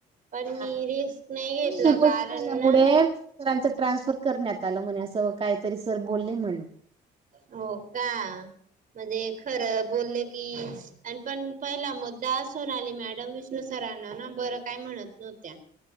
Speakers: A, on the right (about 45°); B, on the right (about 30°).
A: पण
B: ह
A: मी रिस्क नाही घेतला
B: ही गोष्ट
A: कारण
B: झाल्यामुळेांच
A: ना
B: ट्रान्सफर करण्यात आलं म्हणे असं काहीतरी सर बोलले म्हणे,
A: हो का, म्हणजे खरं बोलले की पण पहिला मुद्दा असून आली मॅडम विष्णू साहे त्यांना न बर काय म्हणत नव्हत्या